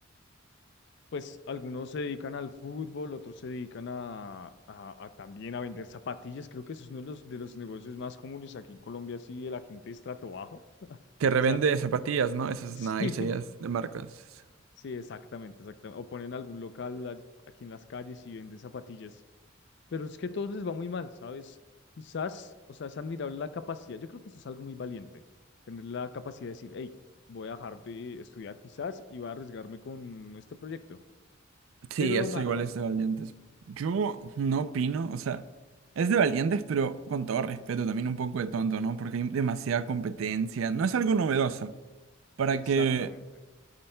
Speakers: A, on the left; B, on the right.
A: Pues algunos se dedican al fútbol, otros se dedican a, a- a también a vender zapatillas. Creo que eso es uno de los, de los negocios más comunes aquí en Colombia, sí, de la gente de estrato bajo. <laughs>
B: que revende
A: O sea,
B: zapatillas, ¿no? Esas
A: sí,
B: Nike,
A: <laughs>
B: ellas de marcas.
A: sí, exactamente, exactamente. O ponen algún local a- aquí en las calles y venden zapatillas. Pero es que a todos les va muy mal, ¿sabes? Quizás, o sea, es admirable la capacidad. Yo creo que eso es algo muy valiente, tener la capacidad de decir, hey, voy a dejar de estudiar quizás y voy a arriesgarme con este proyecto.
B: Sí,
A: Pero lo
B: eso
A: malo...
B: igual es de valientes. Yo no opino, o sea, es de valientes, pero con todo respeto, también un poco de tonto, ¿no? Porque hay demasiada competencia. No es algo novedoso. Para
A: Exactamente.
B: que,